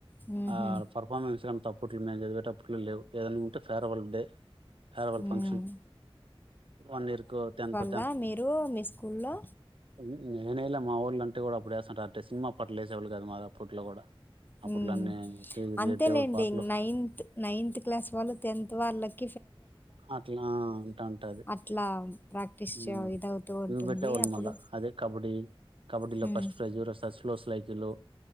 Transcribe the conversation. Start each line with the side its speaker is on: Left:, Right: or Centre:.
Left: హుహు.
Right: ఆ పర్ఫార్మెన్స్ గాన్ తప్ అప్పిట్లో మేం చదివేటప్పుడు లేవ్ ఏదైనా ఉంటే ఫేర్వల్ డే ఫేర్వల్
Left: హ్మ్.
Right: ఫంక్షన్ వన్ ఇయర్కు టెన్త్
Left: అలా మీరు మీ స్కూల్లో
Right: హ్మ్ నేనెయల మా వోళ్ళంటే కూడా అప్పుడు వేస్తంటారు అంటే సినిమా అప్పట్ల వేసేవాళ్ళు కాదు మా అప్పట్లో కూడా అప్పట్లో
Left: హ్మ్
Right: అన్ని టీ-
Left: అంతేలేండి
Right: దేవుడి పాటలు
Left: నైన్త్ నైన్త్ క్లాస్ వాళ్ళు టెన్త్ వాళ్ళక్
Right: అట్లా ఉంటా ఉంటాది
Left: అట్లా ప్రాక్టీస్
Right: హ్మ్
Left: చే ఇదవుతూ ఉంటుంది.
Right: ఇవి పెట్టేవాళ్ళు
Left: అప్పుడు
Right: మళ్ళా అదే కబడ్డీ కబడ్డీలో
Left: హ్మ్.
Right: ఫస్ట్ ప్రైజ్ ఎవరు వస్తారు <unintelligible> ఎల్లో